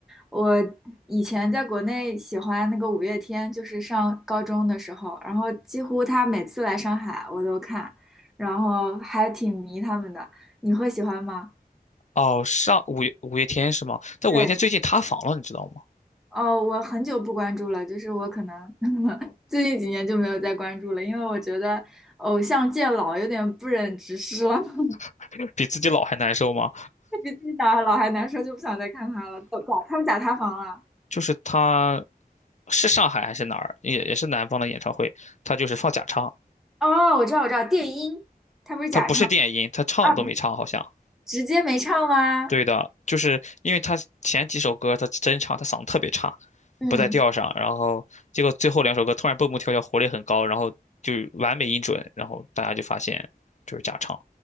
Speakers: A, in the centre; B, on the left.
A: 我以前在国内喜欢那个五月天，就是上高中的时候，然后几乎他每次来上海我都看，然后还挺迷他们的。你会喜欢吗？
B: 哦，上五月五月天是吗？但五月天最近塌房了，
A: 对，
B: 你知道吗？
A: 哦，我很久不关注了，就是我可能 <laughs> 最近几年就没有再关注了，因为我觉得偶像见老有点不忍直视了，<laughs>
B: <laughs> 比自己老还难受吗？
A: 比自己打老还难受，就不想再看他了。哦假他们假塌房了。
B: 就是他是上海还是哪儿，也也是南方的演唱会，他就是放假唱，
A: 哦，我知道，我知道，电音，他不是假唱
B: 他不是电音，他唱都没唱好像。
A: 啊，不是直接没唱吗？
B: 对的，就是因为他前几首歌他真唱，他嗓子特别差，
A: 嗯，
B: 不在调上，然后结果最后两首歌突然蹦蹦跳跳，活力很高，然后就完美音准，然后大家就发现就是假唱，